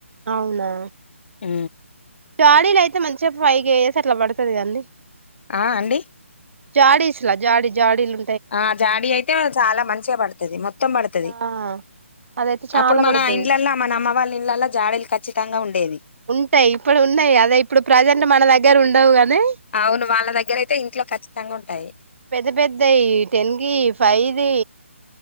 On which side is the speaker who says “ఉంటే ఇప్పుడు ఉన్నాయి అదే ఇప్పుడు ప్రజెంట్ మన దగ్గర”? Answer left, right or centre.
Right